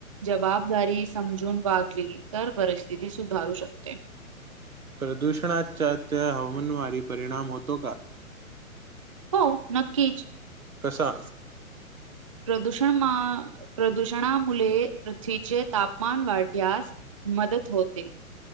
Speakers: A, on the right; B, on the right.
A: जबाबदारी समजून वागली तर परिस्थिती सुधारू शकते
B: प्रदूषणाचा त्या हवामानवारी परिणाम होतो का?
A: हो नक्कीच.
B: कसा?
A: प्रदूषण मं.. प्रदूषणामुळे पृथ्वीचे तापमान वाढल्यास मदत होते.